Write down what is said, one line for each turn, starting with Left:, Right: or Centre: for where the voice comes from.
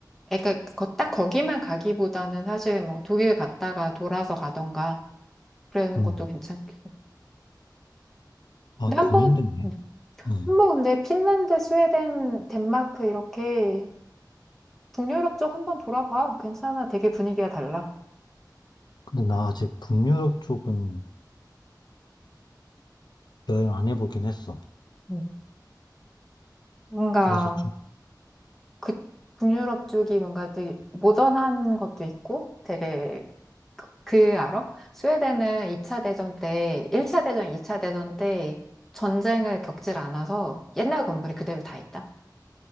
Centre: 그러니까 거 딱 거기만 가기보다는 사실 뭐 독일 갔다가 돌아서 가던가 그러는
Left: 음.
Centre: 것도 괜찮고.
Left: 아,
Centre: 근데 한
Left: 고민됐네.
Centre: 번, 음,
Left: 음.
Centre: 한번 근데 핀란드, 스웨덴, 덴마크 이렇게 북유럽 쪽 한번 돌아봐. 괜찮아. 되게 분위기가 달라.
Left: 근데 나 아직 북유럽 쪽은 여행 안 해보긴 했어.
Centre: 음. 뭔가
Left: 그래서
Centre: 그 북유럽 쪽이 뭔가 되게 모던한 것도 있고 되게 그, 그 알아? 스웨덴은 2차 대전 때, 1차 대전, 2차 대전 때 전쟁을 겪질 않아서 옛날 건물이 그대로 다 있다.